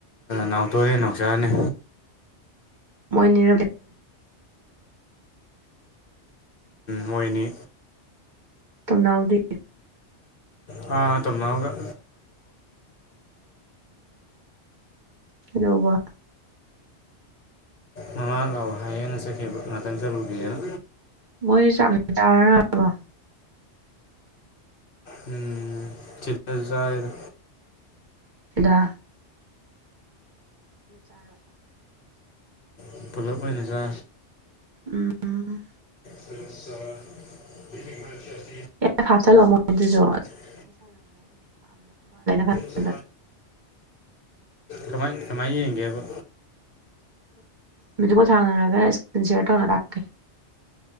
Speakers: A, on the left; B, on the right.
A: ꯅꯥꯎꯇꯣꯅꯦ ꯅꯥꯎꯆꯥꯅꯦ
B: ꯃꯣꯏꯅꯤꯔ
A: ꯃꯣꯏꯅꯤ
B: ꯎꯅꯥꯎꯗꯤ
A: ꯑ ꯇꯒ
B: ꯎꯝꯎꯕ
A: ꯃꯃꯥ ꯂꯥꯎ ꯍꯥꯏꯌꯦꯅ ꯆꯠꯈꯤꯕ ꯉꯥꯛꯇꯪ ꯆꯠꯂꯨꯈꯤꯒꯅ
B: ꯃꯣꯏꯁꯨ ꯆꯥꯛ ꯆꯥꯔꯔꯕꯣ
A: ꯎꯝ ꯆꯤ ꯆꯔꯦꯗ
B: ꯑꯦꯗꯥ
A: ꯎ ꯄꯨꯂꯞ ꯑꯣꯏꯅꯖꯥ
B: ꯎꯝ
A: ꯐ ꯃꯤꯇ ꯃꯛ
B: ꯏ ꯐꯦ ꯂ ꯃ ꯑꯗꯨꯖ
A: ꯗꯤ
B: ꯈꯟꯕꯗ
A: ꯁ ꯀꯃꯥꯏ ꯀꯃꯥꯏꯌꯦꯒꯦꯕ
B: ꯚꯤꯗꯤꯑꯣ ꯀꯣꯜ ꯁꯥꯟꯅꯔꯒ ꯏꯁꯀ꯭ꯔꯤꯟ ꯁꯤꯌꯔ ꯇꯧꯔ ꯇꯥꯛꯀꯦ